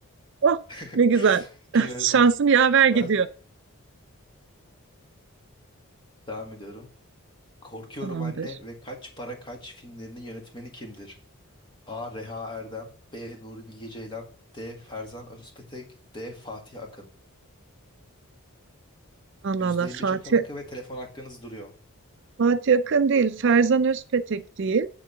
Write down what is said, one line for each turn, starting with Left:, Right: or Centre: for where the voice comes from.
Right: Oh
Left: <laughs>
Right: ne güzel. <laughs>
Left: Genel.
Right: Şansım yaver gidiyor.
Left: Ben devam ediyorum. Korkuyorum
Right: Tamamdır.
Left: Anne ve Kaç Para Kaç filmlerinin yönetmeni kimdir? A. Reha Erdem B. Nuri Bilge Ceylan D. Ferzan Özpetek D. Fatih Akın
Right: Allah
Left: %50
Right: Allah. Fatih,
Left: Joker hakkı ve telefon hakkınız duruyor.
Right: Fatih Akın değil. Ferzan Özpetek değil.